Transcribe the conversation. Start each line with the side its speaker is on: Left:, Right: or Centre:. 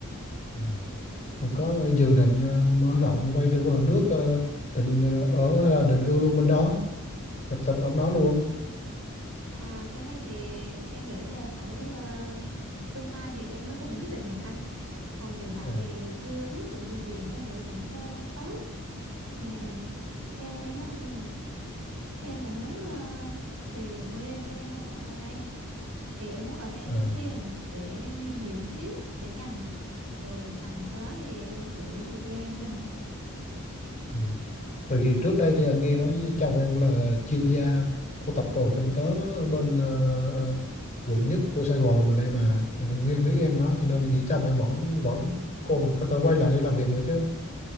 Left: Ừ. Rồi có dự định ờ, mở rộng quay trở về nước ờ, định ờ, ở hay là định cư luôn bên đó tập tịch ở đó luôn
Right: À, cái này thì em nghĩ là phải à, tương lai thì em mới có thể quyết định được anh. Còn hiện tại
Left: à,
Right: thì chưa biết được điều gì có thể xảy ra sắp tới. Mà theo em á, thì em lại muốn à, về quê, các em không có muốn ở đây. Thì em muốn ở đây kiếm
Left: à,
Right: tiền để nhiều nhiều xíu để dành. Rồi tầm sau đó thì em sẽ về quê mình.
Left: ừ. từ vì trước đây thì anh nghe nói chồng em là chuyên gia của tập đoàn kinh tế ở bên ờ, ờ, quận nhất của Sài Gòn là mình đây mà cho nên Nguyên biết em đó cho nên nghĩ chồng em vẫn vẫn còn có thể quay lại đây làm việc nữa chứ